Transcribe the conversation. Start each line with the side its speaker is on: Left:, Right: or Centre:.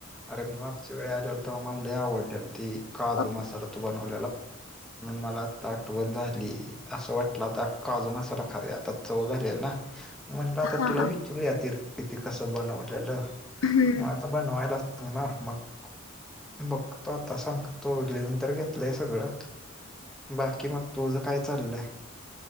Centre: अरे मी मागच्या वेळ आलेल तर मला आवडडेल ती काजू
Left: अ,
Centre: मसाला तू बनव. मला आठवण झाली असं वाटलं आता काजू मसाला खावे आता चव झाले ना. म्हणलं आता
Left: हा
Centre: तुला
Left: हा
Centre: विचारू येतील. ती कसं बनवलेलं. मग
Left: हम्म
Centre: आता बनवायला. होणार मग बघ तो आता सांग तो लिहून तर घेतलाय सगळं. बाकी मग तुझं काय. चालय.